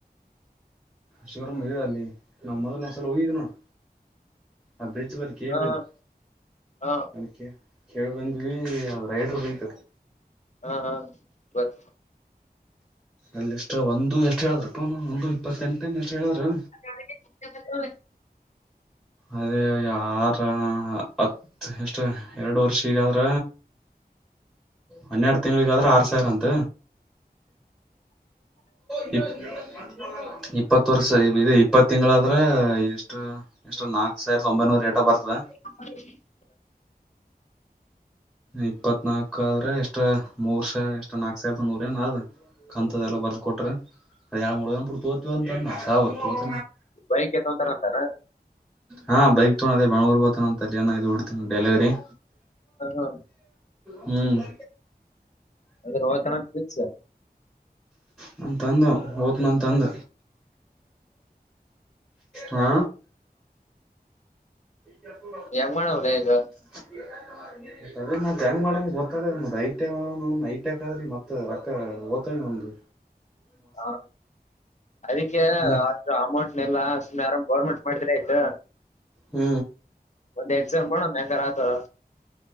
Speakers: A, in the centre; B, on the left (about 45°).
A: ಶೋರೂಮ್ ಇದೆ ಅಲ್ಲಿ ನಾವ್ ಮೊದ್ ಒಂದ್ಸಲ ಹೋಗಿದ ನೋಡು ಆ ಬ್ರಿಡ್ಜ್ ಬಳಿ ಕೇಳಿ
B: ಹಾ
A: ಬನ್ನಿ
B: ಹಾ
A: ಅ ಕೇೇಳ ಬಂದ್ವಿ ರೈಡರ್ ಬೈತ
B: ಹಾ ಹಾ ಬರ್
A: ಅಲ್ಲಿಷ್ಟು ಒಂದು ಎಷ್ಟು ಹೇಳಿದ್ರಪ್ಪನ ಒಂದು ಇಪ್ಪತ್ತೆಂಟೇ ಎಷ್ಟು ಹೇಳಿದ್ರ
B: <unintelligible>
A: ಅದೇ ಯಾರ ಹತ್ ಎಷ್ಟ ಎರಡು ವರ್ಷ ಈಗಾದ್ರ ಹನ್ನೆರಡು ತಿಂಗಗಳಿಗಾದ್ರೆ ಆರ್ ಸಾವಿರ ಅಂತ <unintelligible> ಇಪ್ಪತ್ ವರ್ಷ ಇದು ಇಪ್ಪತ್ತು ತಿಂಗಳಾದ್ರ ಎಷ್ಟು ಎಷ್ಟು ನಾಲ್ಕು ಸಾವಿರದ ಒಂಬೈನೂರ ರೇಟ ಬರ್ತದ
B: ಹ <inaudible>
A: ಇಪ್ಪತ್ನಾಾಲ್ಕು ಆದ್ರೆ ಎಷ್ಟ್ ಮೂರ್ ಸ ಎಷ್ಟ್ ನಾಕು ಸಾವಿರದ ನೂರ ಏನ್ ಕಂತದೆ ಎಲ್ಲ ಬರ್ದ್ ಕೊಟ್ರೆ ಅ ಯಳ ಮೂರು ವ ಪುಡ ತತ ಅಂತ ಸಾವ ತೋತ
B: ಬೈಕ್ ಎತ್ತೊಂತಾರ ಅಂತಾನ
A: ಹಾ ಬೈಕ್ ತಗೋದ ಬಂಗಗಳೂರ್ಗತಾನ ಅಂತ ಅಲ್ಲಿನ ಇದ್ ಬಿಡ್ತೇನ ಡೆಲಿವರಿ ಇ
B: ಹಾ ಹಾ
A: ಹ
B: ಅದ್ರ ಹೋತಾನ ಫಿಕ್ಸ್
A: ನನ್ ತಂದ ಹಓದ ನನ್ ತಂದ ಹಾ ಯಪ್ಪ
B: ಯಮ್ಮಣ್ಣ ಅವ್ರ ಈಗ
A: <unintelligible> ತಗೊಂಡ್ ಮತ್ತತ್ ಹೆಂಗ ಮಾಡಂಗ ಗೊತ್ತದ್ದ್ ಐಟ ಐಟಕ್ ಆದ್ರಿ ಮತ್ ರೊಕ್ಕ ಓ್ತ ನಮ್ದ್
B: ಹಾ ಅದಕ್ಕೆ
A: ಹ್ಮ್
B: ಅಮೌಂಟ್ನೆಲ್ಲ ಸು್ನೆ ಆರಾಮ್ ಗೌರ್ಮೆಂಟ್ ಮಾಡಿದ್ರ ಆಯ್ತು
A: ಹ್ಮ್
B: ಒಂದ್ ಎಕ್ಸಾಮ್ ಮಾಡೋಣ ಹೆಂಗಾರ ಆತಾರ